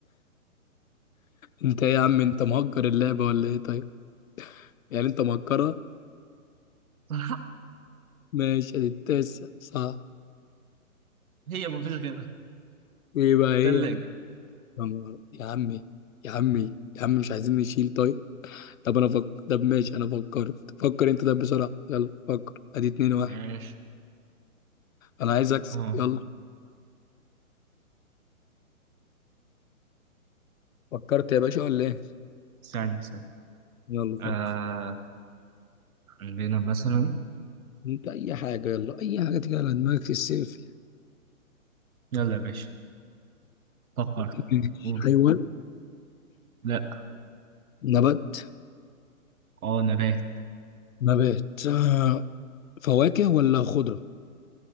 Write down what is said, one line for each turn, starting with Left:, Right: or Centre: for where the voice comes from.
Left: انت ايه يا عم انت مهكر اللعبه ولا ايه طيب يعني انت مهكرها
Right: صح؟
Left: ماشي ادي التاسع صح
Right: هي مفيش غيرها
Left: وايه بقى
Right: تلاجة
Left: هي يا نهار- يا عمي يا عمي يا عم مش عايزين نشيل طيب طب انا فكر طب ماشي انا فكرت فكر انت ده بسرعه يلا فكر ادي اتنين واحد
Right: ماشي
Left: انا عايز اكسب
Right: اه
Left: يلا فكرت يا باشا ولا ايه
Right: ثاني ثاني
Left: يلا فكر
Right: آه عندنا مثلا
Left: انت اي حاجه يلا اي حاجه تيجي على دماغك السيلفي
Right: يلا يا باشا فكر
Left: <laughs>
Right: قول
Left: حيوان
Right: لا
Left: نبات
Right: اه نبات
Left: نبات آه فواكه ولا خضرة